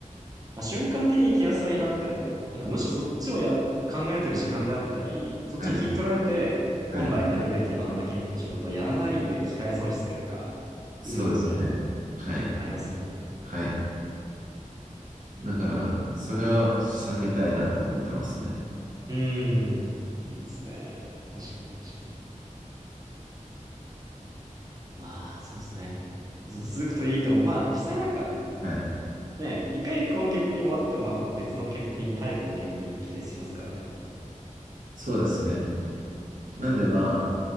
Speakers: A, on the right; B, on the right.
A: あ瞬間的に気休めになっても、なんかむしろそっちをや、考えてる時間であったり、そっちに聞い取られて、
B: はい。はい。
A: 本来やるべきバナナ検品の仕事をやらないで機会損失というか、
B: そうですね。
A: 生むみたいな、
B: はい。
A: ありますよね。
B: はい。だから、それは避けたいなと思ってますね。
A: うーん。いいですね。確かに確かに。まあ、そうですね。ずっと続くといいと思う。まあ、実際なんか、
B: はい。
A: ね、一回この検品終わってもまたなんか別の検品、タイプの検品が期待しますからね。
B: そうですね。なんでまあ、